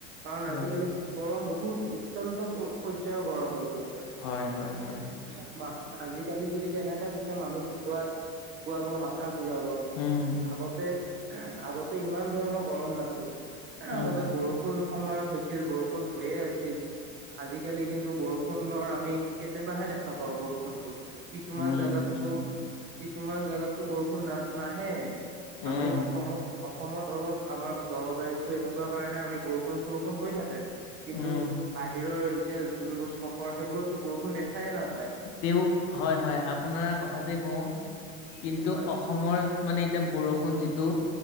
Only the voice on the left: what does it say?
হয়,
হয়, হয়, হয়,
উম,
উম,
উম,
উম,
উম,
উম।
তেওঁ হয় হয়। আপোনাৰ কথাতে কওঁ কিন্তু
অসমৰ মানে এতিয়া বৰষুণ যিটো